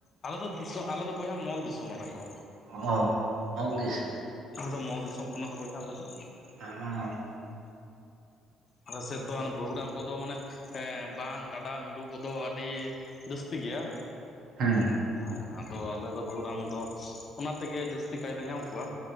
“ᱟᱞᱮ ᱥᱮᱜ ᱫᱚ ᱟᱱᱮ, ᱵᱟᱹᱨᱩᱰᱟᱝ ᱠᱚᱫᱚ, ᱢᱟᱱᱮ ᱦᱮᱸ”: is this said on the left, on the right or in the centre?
Left